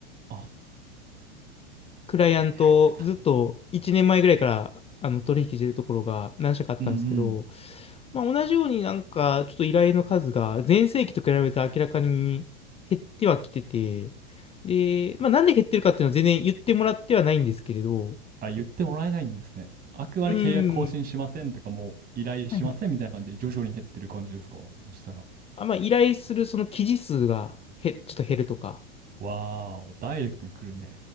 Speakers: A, on the right; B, on the left.
A: あ、
B: クライアント、
A: AI ですか。
B: ずっと1年前ぐらいからあの取引してるところが何社かあったんですけど、
A: うんうん。
B: まあ、同じようになんかちょっと依頼の数が前世紀と比べて明らかに減ってはきてて、で、まあ、なんで減ってるかっていうのは全然言ってもらってはないんですけれど、
A: あ、言ってもらえないんですね。あくまで契約更新しませんとか、
B: うん。
A: もう依頼しませんみたいな感じで徐々に減ってる感じですかそしたら。
B: はいはい。あ、まあ、依頼するその記事数がへ、ちょっと減るとか。
A: わーお、ダイレクトに来るね。